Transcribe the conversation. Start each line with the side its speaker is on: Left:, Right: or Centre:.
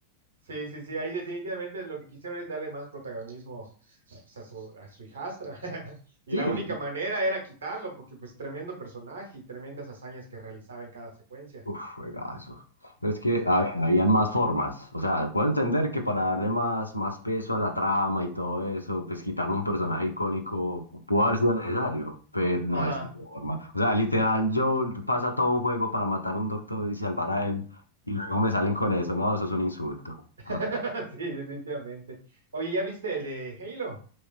Right: Sí, sí, sí, ahí definitivamente lo que quisieron es darle más protagonismo pues, a, su, a su hijastra, <laughs> y
Left: Sí,
Right: la única manera era quitarlo, porque pues tremendo personaje y tremendas hazañas que realizaba en cada secuencia.
Left: Uf, juegazo. Pero es que,
Right: Sí,
Left: a ver,
Right: sí.
Left: habían más formas. O sea, puedo entender que para darle más, más peso a la trama y todo eso, pues quitarle un personaje icónico pudo haber sido necesario, pero no
Right: Ajá.
Left: de esta forma. O sea, literal, yo pasa todo un juego para matar a un doctor y salvar a él, y luego me salen con eso, ¿no? Eso es un insulto.
Right: <laughs>
Left: Ah,
Right: Sí, definitivamente. Oye, ¿ya viste el de Halo?